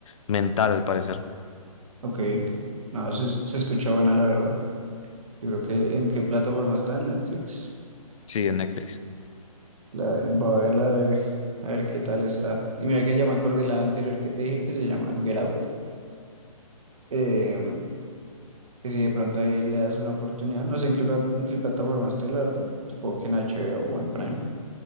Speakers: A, on the left; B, on the right.
A: mental al parecer.
B: ok. No, se, se escucha buena, la verdad. Yo creo que ¿en qué plataforma está? ¿En Netflix?
A: Sí, en Netflix.
B: La, voy a verla, a ver, a ver qué tal está. Y mira que ya me acordé la anterior que te dije que se llama Get Out. Em, que si de pronto ahí le das una oportunidad, no sé en qué, pla- en qué plataforma esté, la verdad, supongo que en HBO o o en Prime,